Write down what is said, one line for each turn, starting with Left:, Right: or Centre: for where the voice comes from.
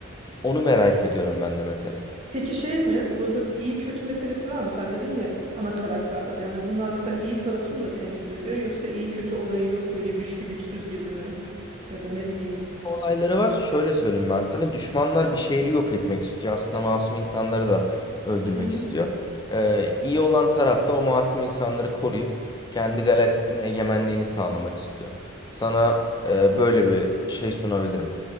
Left: onu merak ediyorum ben de mesela.
Right: Peki şey mi? Burada iyi kötü meselesi var mı? Sen dedin ya ana karakterler. Yani bunlar mesela iyi tarafı mı temsil ediyor yoksa iyi kötü olayı yok böyle güçlü güçsüz gibi mi? Ya da ne bileyim.
Left: olayları var. Şöyle söyleyeyim ben sana. Düşmanlar bir şehri yok etmek istiyor. Aslında masum insanları da öldürmek
Right: Hı hı.
Left: istiyor. Ee, iyi olan taraf da o masum insanları koruyup kendi galaksinin egemenliğini sağlamak istiyor. Sana e, böyle bir şey sunabilirim.